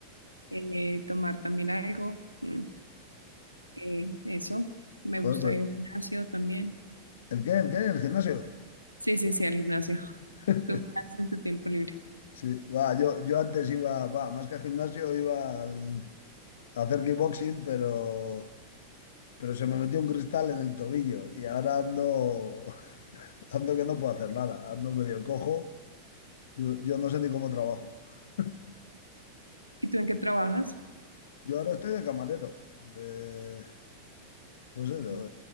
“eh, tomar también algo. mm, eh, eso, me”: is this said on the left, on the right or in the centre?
Left